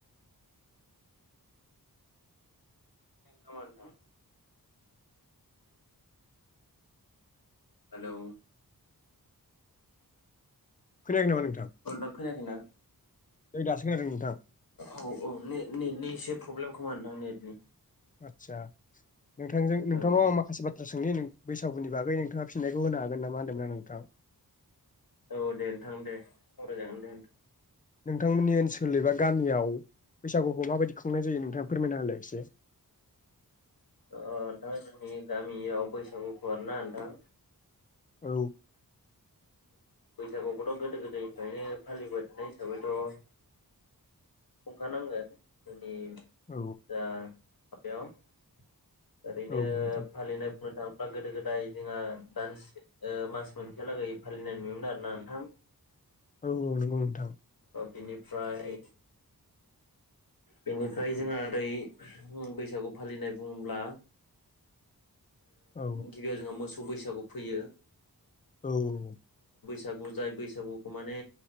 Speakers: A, on the left; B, on the left.
A: <unintelligible> हेलौ
B: खोनायाखै नामा नों
A: अ नोंथां खोनायाखैना?
B: नै दासो खोनादों नोंथा।
A: औ औ ने नेटनि एसे प्रब्लेम खोमा नोंथां नेटनि
B: आतसा। नोंथांजों नोंथांङा
A: औ
B: माखासे बाथ्रा सों नोंनि बैसागुनि बागै नोंथाङा फिननायखौ होनो हागोन नामा होन्दोंना नोंथां।
A: औ दे नोंथां दे सावरायजागोन दे नोंथां।
B: नोंथांमोननि ओनसोल एबा गामियाव बैसागुखौ माबायदि खुंनाय जायो नोंथाङा फोरमायना होलाय एसे।
A: ओ नोंथां जोंनि गामियाव बैसागुखौ आरो ना नोंथां <inaudible>
B: औ
A: बैसागुखौथ' गोदो गोदायनिफ्रायनो फालिबोबाय थानाय हिसाबैथ' खुंखानांगोन। ए
B: औ
A: दा <unintelligible> ओरैनो
B: औ नोंथां
A: फालिनो मोजां। बा गोदो गोदाय जोंहा दान्से मास मोनसेलागै फालिनाय नुयोमोन आरोना नोंथां।
B: औ नोंगौ नोंथां।
A: बेनिफ्राय बेनिफ्राय जोंहा ओरै बैसागु फालिनाय बुङोब्ला।
B: औ
A: गिबियाव जोङो मोसौ बैसागु फैयो।
B: औ
A: सागु जाय बैसागुखौ माने